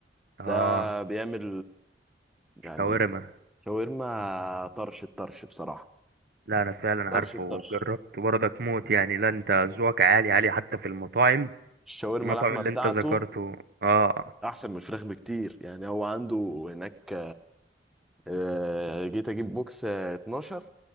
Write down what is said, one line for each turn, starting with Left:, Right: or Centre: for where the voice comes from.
Right: اه
Centre: ده بيعمل يعني
Right: شاورما
Centre: شاورما طرش الطرش بصراحة
Right: لا انا فعلا
Centre: طرش
Right: عارفه
Centre: الطرش
Right: وجربته برضك موت يعني لا انت ذوقك عالي عالي حتى في المطاعم
Centre: الشاورما
Right: المطعم
Centre: اللحمة
Right: اللي
Centre: بتاعته
Right: انت ذكرته اه
Centre: أحسن من الفراخ بكتير يعني هو عنده هناك آه، جيت أجيب بوكس آه، 12